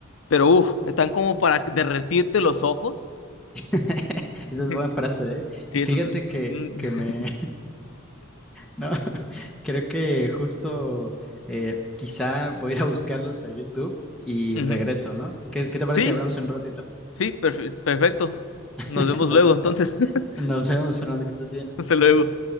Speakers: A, on the left (about 80°); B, in the centre.
A: pero uff, están como para derretirte los ojos.
B: <laughs> Esa
A: <laughs>
B: es buena frase, ¿eh?
A: Sí,
B: Y Fíjate
A: es un-
B: que,
A: mm,
B: que
A: <laughs>
B: me... <laughs> No, <laughs> creo que justo eh, quizá voy a ir a buscarlos a YouTube y
A: ujú.
B: regreso, ¿no? ¿Qué, qué te parece
A: Sí,
B: si hablamos en un ratito?
A: sí, perfe- perfecto. Nos
B: <laughs>
A: vemos
B: Nos,
A: luego, entonces. <laughs>
B: nos vemos, Fernando, que estés bien.
A: Hasta luego.